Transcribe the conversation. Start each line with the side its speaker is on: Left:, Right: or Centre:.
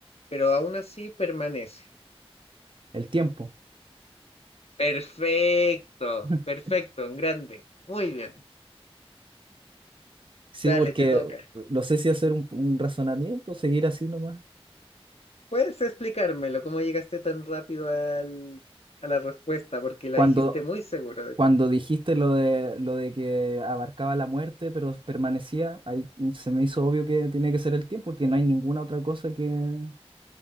Left: pero aún así permanece.
Right: El tiempo.
Left: Perfecto,
Right: <laughs>
Left: perfecto, en grande. Muy bien.
Right: Sí,
Left: Dale,
Right: porque
Left: te toca.
Right: no sé si hacer un, un razonamiento, seguir así nomás.
Left: ¿Puedes explicármelo? ¿Cómo llegaste tan rápido al- a la respuesta? Porque la
Right: Cuando,
Left: dijiste muy seguro, de
Right: cuando
Left: hecho.
Right: dijiste lo de, lo de que abarcaba la muerte, pero permanecía, ahí se me hizo obvio que tiene que ser el tiempo, porque no hay ninguna otra cosa que...